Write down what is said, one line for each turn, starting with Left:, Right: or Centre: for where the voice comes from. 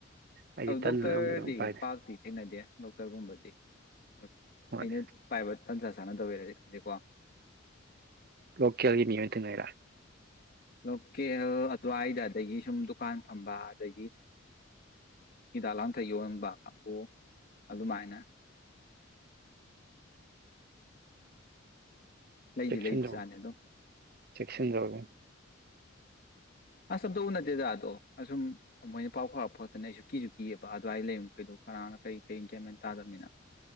Right: ꯑꯩꯗꯤ
Left: ꯑꯗꯨ
Right: ꯇꯟꯗꯅ
Left: ꯗꯣꯛꯇꯔꯗꯤ
Right: ꯑꯗꯨꯝꯕꯗꯣ ꯑꯗꯨꯝ ꯄꯥꯏꯗꯦ
Left: ꯄꯥꯛꯇꯤ ꯊꯦꯡꯅꯗꯦ ꯗꯣꯛꯇꯔꯒꯨꯝꯕꯗꯤ ꯃꯣꯏ
Right: ꯍꯣꯏ
Left: ꯑꯩꯅ ꯄꯥꯏꯕ ꯇꯟꯖꯥ ꯆꯥꯅꯗꯕꯩꯔꯗꯤ ꯈꯪꯗꯦꯀꯣ
Right: ꯂꯣꯀꯦꯜꯒꯤ ꯃꯤ ꯑꯣꯏꯅ ꯊꯦꯡꯅꯩꯔꯥ
Left: ꯂꯣꯀꯦꯜ ꯑꯗꯨꯋꯥꯏꯗ ꯑꯗꯒꯤ ꯁꯨꯝ ꯗꯨꯀꯥꯟ ꯐꯝꯕ ꯑꯗꯒꯤ ꯍꯤꯗꯥꯛ ꯂꯥꯡꯊꯛ ꯌꯣꯟꯕ ꯀꯥꯡꯕꯨ ꯑꯗꯨꯃꯥꯏꯅ ꯂꯩꯗꯤ
Right: ꯆꯦꯛꯁꯤꯟꯗꯔꯣ
Left: ꯂꯩꯕꯖꯥꯠꯅꯤ ꯑꯗꯨꯝ
Right: ꯆꯦꯛꯁꯤꯟꯗꯔꯣꯒ
Left: ꯑꯁ ꯑꯝꯇ ꯎꯅꯗꯦꯗ ꯑꯗꯣ ꯑꯁꯨꯝ ꯃꯣꯏꯅ ꯄꯥꯎ ꯐꯥꯎꯔꯛꯄ ꯈꯛꯇꯅꯦ ꯑꯩꯁꯨ ꯀꯤꯁꯨ ꯀꯤꯑꯕ ꯑꯗꯨꯋꯥꯏ ꯂꯩꯔ ꯃꯈꯩꯗꯣ ꯀꯅꯥꯅ ꯀꯔꯤ ꯀꯔꯤ ꯒꯋꯥꯟꯃꯦꯟ ꯇꯥꯗꯝꯃꯤꯅ